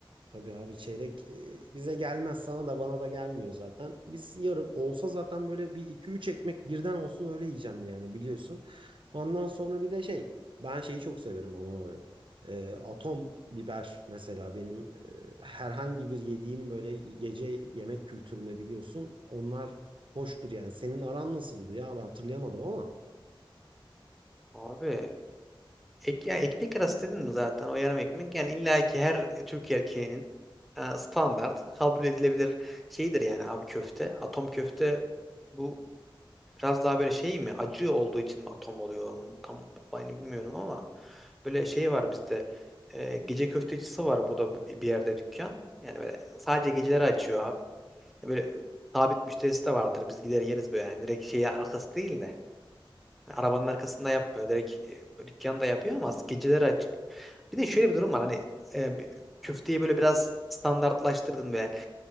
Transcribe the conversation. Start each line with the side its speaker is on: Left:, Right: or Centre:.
Right: Tabii abi çeyrek e, bize gelmez sana da bana da gelmiyor zaten. Biz yarım olsa zaten böyle bir iki üç ekmek birden olsun öyle yiyeceğim yani biliyorsun. Ondan sonra bir de şey ben şeyi çok severim ama abi. E, atom biber mesela benim e, herhangi bir yediğim böyle gece yemek kültürüne biliyorsun. Onlar hoştur yani. Senin aran nasıldı ya ben hatırlayamadım ama.
Centre: Abi ek, ya ekmek arası dedin mi zaten o yarım ekmek? Yani illa ki her Türk erkeğinin e, standart kabul edilebilir şeydir yani abi köfte. Atom köfte bu biraz daha böyle şey mi? Acı olduğu için mi atom oluyor? Tam olayını bilmiyorum ama böyle şey var bizde. E, gece köftecisi var burada bi- bir yerde dükkan. Yani böyle sadece geceleri açıyor abi. Böyle sabit müşterisi de vardır. Biz gider yeriz böyle. Yani direkt şeyi arkası değil de. Arabanın arkasında yapmıyor. Direkt e, dükkanda yapıyor ama geceleri açık. Bir de şöyle bir durum var. Hani e, bir- köfteyi böyle biraz standartlaştırdın böyle.